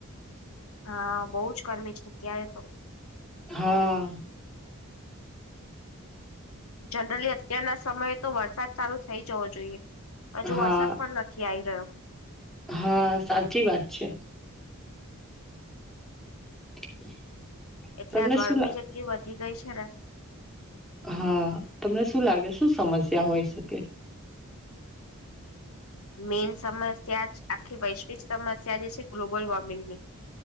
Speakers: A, on the left; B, in the centre.
A: હા બહુ જ કર્મી છે અત્યારે તો
B: હા
A: જનરલી અત્યારના સમયે તો વરસાદ ચાલુ થઇ જવો જોઈએ હજુ
B: હા
A: વરસાદ પણ નથી આઈ રહ્યો
B: હા સાચી વાત છે <inaudible>
A: એટલે
B: તમને
A: આ ગરમી
B: શું
A: જ એટલી વધી ગઈ છે ને
B: લાગે હા તમને શું લાગે શું સમસ્યા હોય શકે
A: મેઈન સમસ્યા જ આખી વૈશ્વિક સમસ્યા જે છે ગ્લોબલ વોર્મિંગની